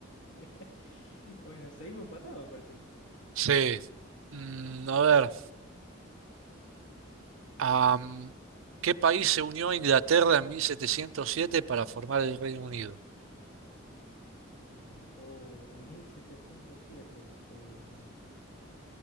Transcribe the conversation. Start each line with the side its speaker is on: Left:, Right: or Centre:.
Left: <laughs> Bueno, seguimos empatados, parece.
Right: Sí. Mm, a ver. Am, ¿qué país se unió a Inglaterra en 1707 para formar el Reino Unido?
Left: Eh, oh, en 1707. em,